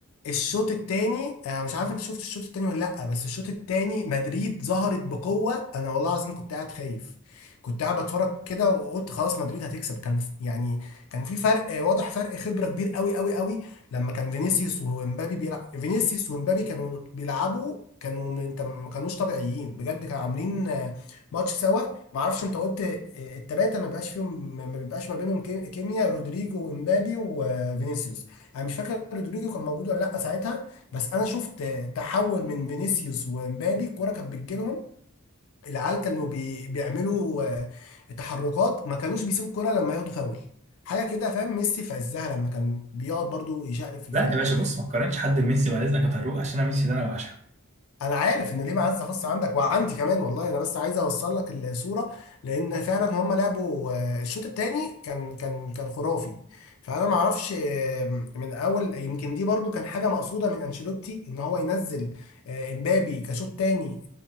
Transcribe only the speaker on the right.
لا يا باشا بص ما تقارنش حد بميسي بعد اذنك يا طارق عشان انا ميسي ده انا بعشقه